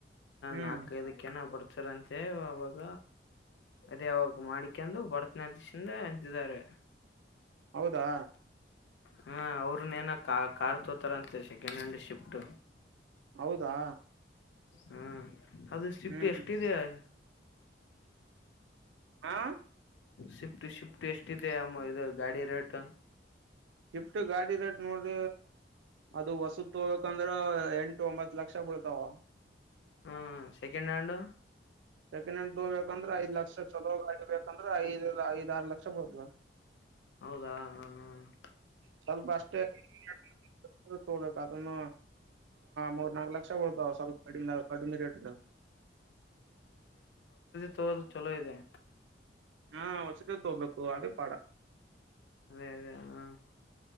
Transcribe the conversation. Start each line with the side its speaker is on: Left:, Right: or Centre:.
Right: ಹ್ಮ್
Left: ನಾಕ ಇದಕ್ಕೆನ ಬ ಸ ಅಂತೆ ಅವಾಗ ಅದೇ ಅವಾಗ ಮಾಡಿಕಂದು ಭರತನಾಟೀಶಂದ ಅಂತಿದ್ದಾರೆ
Right: ಹೌದಾ
Left: ಹಾ ಅವ್ರನ್ ಏನ ಕಾರ್ ತೋತಾರ ಅಂತೆ ಸೆಕೆಂಡ್ ಹ್ಯಾಂಡ್ ಶಿಫ್ಟ್
Right: ಹೌದಾ
Left: ಹೂ ಅದು ಶಿಫ್ಟ್
Right: ಹ್ಮ್
Left: ಎಷ್ಟಿದೆೆ <inaudible>
Right: ಆ
Left: ಶಿಫ್ಟ್ ಶಿಫ್ಟ್ ಎಷ್ಟಿದೆ ಅಮ್ಮ ಇದು ಗಾಡಿ ರೇಟ್
Right: ಶಿಫ್ಟ್ ಗಾಡಿ ರೇಟ್ ನೋಡ್ರ ಅದು ವಸುತ್ ತೋಗೊಬೇಕಂದ್ರ ಎಂಟು ಎಂಟು ಒಂಬತ್ ಲಕ್ಷ ಬೀಳ್ತಾವ
Left: ಹ್ಮ ಸೆಕೆಂಡ್ ಹ್ಯಾಂಡ್
Right: ಸೆಕೆಂಡ್ ಹ್ಯಾಂಡ್ ತಗೋಬೇಕಂದ್ರೆ ಐದ ಲಕ್ಷ ಚಲೋ ಗಾಡಿ ಬೇಕ್ ಅಂದ್ರ ಐದಇಲ್ಲ ಐದು ಆರ್ ಲಕ್ಷ ಬೀಳ್ತುದ
Left: ಹೌದಾ ಹ ಹ
Right: ಸ್ವಲ್ಪ ಅಷ್ಟೇ <unintelligible> ತೋಗಬೇಕ ಅದನ್ನು ಮೂರು- ನಾಲ್ಕು ಲಕ್ಷ ಬೀಳ್ತಾವ ಸ್ವಲ್ಪ ಕಡಿಮದಾಗ ಕಡಿಮೆ ರೇಟ್ ದಾಗ
Left: ತೊಗೊಳೋಧು ಚಲೋ ಇದೆ
Right: ಹಾ ಹೊಸಧೆ ತೋಗ್ಬೇಕು ಅದೇ ಪಾಡ
Left: ಅದೇ ಅದೇ ಹಾ